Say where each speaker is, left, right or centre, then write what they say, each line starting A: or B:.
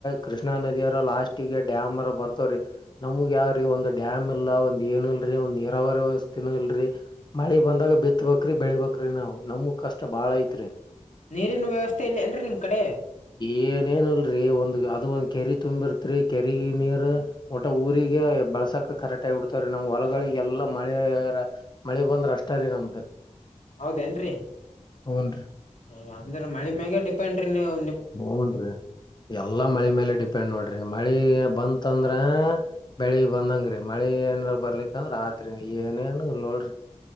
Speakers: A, on the left; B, on the left.
A: ಕೃಷ್ಣಾ ನದಿಯರ ಲಾಸ್ಟ್ ಟ್ಟಿಗೆ ಡ್ಯಾಮರ ಬರ್ತವ ರಿ. ನಮಗ ಯಾರಿ ಒಂದ ಡ್ಯಾಮ್ ಇಲ್ಲಾ ಒಂದ ಏನು ಇಲ್ಲಡ್ರಿ ಒಂದ್ ನೀರಾವರಿ ವ್ಯವಸ್ಥೆನು ಇಲ್ಲಡ್ರಿ. ಮಳಿ ಬಂದಾಗ ಬಿತ್ತಬೇಕ್ರಿ ಬೆಳಿಬೆಕ್ರಿ ನಾವು ನಮುವು ಕಷ್ಟಾ ಬಾಳ ಐತ್ರಿ.
B: ನೀರಿನ ವ್ಯವಸ್ಥೆ ಇಲ್ಲೇಏನಡ್ರಿ ನಿಮ್ಮ ಕಡೆ.
A: ಏನೇಏನು ಇಲ್ಲಡ್ರಿ ಒಂದ ಅದು ಒಂದ ಕೆರಿ ತುಂಬಿರ್ತ್ರಿ ಕೆರಿ ನೀರ ಒಟ್ಟ ಊರಿಗೆ ಬಳ್ಸಕ ಕರೆಕ್ಟ್ ಆಗಿಬಿಡ್ ತ್ತಾವರಿ ನಮ್ಮ ಹೊಲಗಳಿಗೆ ಎಲ್ಲಾ ಮಳೆರ ಮಳೆ ಬಂದ್ರ ಅಷ್ಟ ರೀ ನಮ್ದು.
B: ಹೌದೇನಡ್ರಿ.
A: ಹು ಡ್ರಿ
B: ಹು ಅಂದ್ರ ಮಳಿ ಮ್ಯಾಗ ಡಿಫ ಫೆಂಡ್ ಡ್ರಿ ನೀವು.
A: ಹುನಡ್ರಿ ಎಲ್ಲಾ ಮಳಿ ಮೇಲೆ ಡಿಪೆಂಡ್ ನೋಡ್ರಿ ಮಳಿ
B: ಹ್ಮ್
A: ಬಂತ ತಂದ್ರ ಬೆಳಿ ಬಂದಂಗ್ರೀ ಮಳಿ ಏನರ ಬರ್ಲಿಕ್ಕಂದ್ರ ಆತ್ರಿ ಏನೇನು ಇಲ್ಲ ನೋಡ್ರಿ.